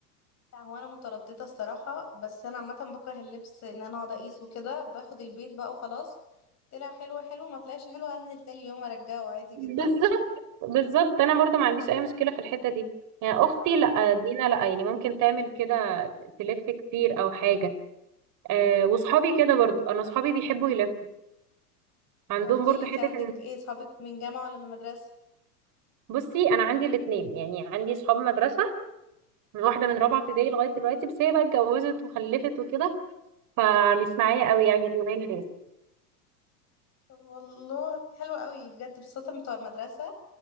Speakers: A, on the left; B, on the right.
A: لا هو انا مترددة الصراحة بس انا عامة بكره اللبس ان انا اقعد اقيس وكده باخد البيت بقى وخلاص طلع حلو حلو ما طلعش حلو هنزل تاني يوم ارجعه عادي جدا
B: بالظبط بالظبط انا برضو ما عنديش اي مشكله في الحته دي يعني اختي
A: اه
B: لا دينا لا يعني ممكن تعمل كده تلف كتير او حاجه أه وصحابي كده برضو انا صحابي بيحبوا يلفوا عندهم
A: طب احكيلي
B: برضو
A: انت
B: حته
A: عندك ايه صحابك من جامعة ولا من مدرسة
B: بصي انا عندي الاثنين يعني عندي صحاب مدرسه من واحده من رابعه ابتدائي لغايه دلوقتي بس هي بقى اتجوزت وخلفت وكده فمش معايا قوي يعني اليومين دول
A: طب والله حلو قوي بجد بصراحة بتوع المدرسة